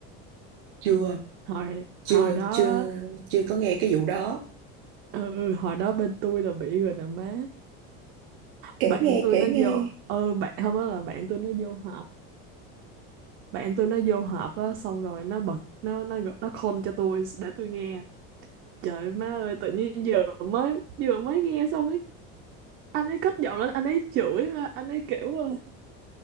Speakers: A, on the right; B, on the right.
A: chưa
B: hồi
A: chưa
B: hồi đó
A: chưa chưa có nghe cái vụ đó
B: ừ hồi đó bên tôi là bị rồi nè má
A: kể
B: bạn
A: nghe
B: tôi
A: kể
B: nó
A: nghe
B: vô ừ bạn không đó là bạn tôi nó vô họp bạn tôi nó vô họp á xong rồi nó bật nó nó gọi- nó call cho tôi để tôi nghe trời ơi, má ơi tự nhiên vừa mới vừa mới nghe xong ấy anh ấy cất giọng lên anh ấy chửi mà anh ấy kiểu ờ,